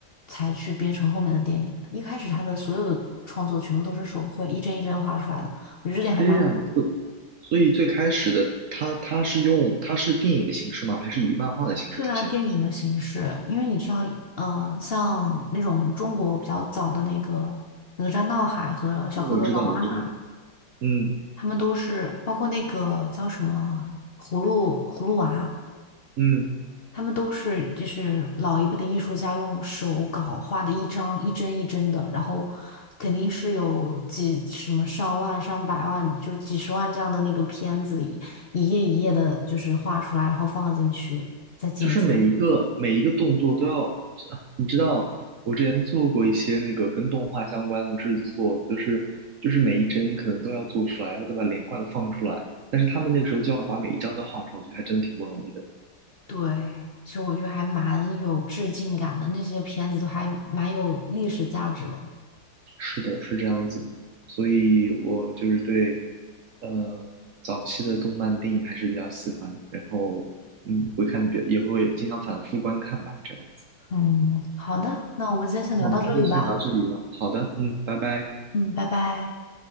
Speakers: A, on the left; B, on the right.
A: 才去编成后面的电影的，一开始他的所有的创作全部都是手绘，一帧一帧画出来的。我觉得这点还蛮。
B: 这样子，所以最开始的他他是用他是电影的形式吗？还是以漫画的形式出现的？
A: 对啊，电影的形式，因为你知道，嗯、像那种中国比较早的那个《哪吒闹海》和《小蝌蚪找妈妈》，
B: 我知道，我知道，嗯
A: 他们都是包括那个叫什么《葫芦葫芦娃》，
B: 嗯。
A: 他们都是就是老一辈的艺术家用手稿画的一张一帧一帧的，然后肯定是有几什么上万、上百万，就几十万这样的那个片子，一页一页的，就是画出来，然后放进去再剪辑。
B: 就是每一个每一个动作都要，啊你知道，我之前做过一些那个跟动画相关的制作，就是就是每一帧可能都要做出来，然后再把连贯的放出来。但是他们那个时候就要把每一张都画出来，我觉得还真挺不容易的。
A: 对，其实我觉得还蛮有致敬感的，那些片子都还蛮有历史价值的。
B: 是的，是这样子的。所以我就是对，呃，早期的动漫电影还是比较喜欢，嗯，会看的比较，也会经常反复观看吧，这样子。
A: 嗯，好的，那我们今天先聊到这里吧。
B: 好，那我们今天先聊到这里了。好的，嗯，拜拜。
A: 嗯，拜拜。